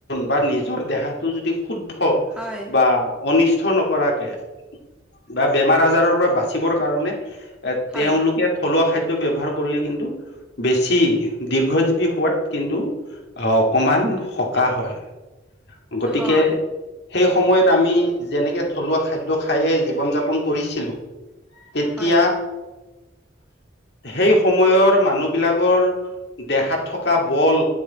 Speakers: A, on the left (about 60°); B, in the centre.
A: বা নিজৰ দেহাটো যদি শুদ্ধ
B: হয়
A: বা অনিষ্ট নকৰাকে বা বেমাৰ আজাৰৰ পৰা বাচিবৰ কাৰণে এ
B: হয়
A: তেওঁলোকে থলুৱা খাদ্য ব্যৱহাৰ কৰিলে কিন্তু বেছি দীৰ্ঘ জীৱী হোৱাত কিন্তু আহ অকণমান সকাহ হয় গতিকে
B: হয়
A: সেই সময়ত আমি যেনেকে থলুৱা খাদ্য খায়ে জীৱন যাপন কৰিছিলোঁ তেতিয়া
B: হয়
A: সেই সময়ৰ মানুহ বিলাকৰ দেহাত থকা বল